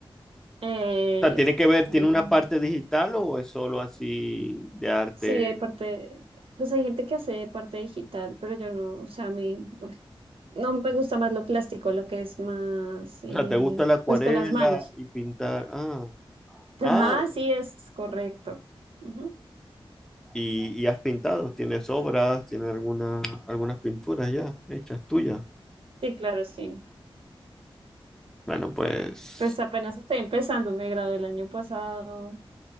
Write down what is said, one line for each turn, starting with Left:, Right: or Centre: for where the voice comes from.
Right: Eh,
Centre: O sea, tiene que ver,
Right: mm,
Centre: ¿tiene una parte digital o es solo así de arte?
Right: sí, hay parte, pues hay gente que hace parte digital, pero yo no, o sea, a mí, pues, no me gusta más lo plástico, lo que es más, eh,
Centre: O sea, ¿te gusta la acuarela
Right: pues con las manos.
Centre: y pintar? Ah,
Right: Ajá,
Centre: ah,
Right: sí, es correcto. Ujú.
Centre: y, y has pintado, tienes obras, tienes alguna, algunas pinturas ya hechas tuyas.
Right: Sí, claro, sí.
Centre: Bueno, pues,
Right: Pues apenas estoy empezando, me gradué el año pasado.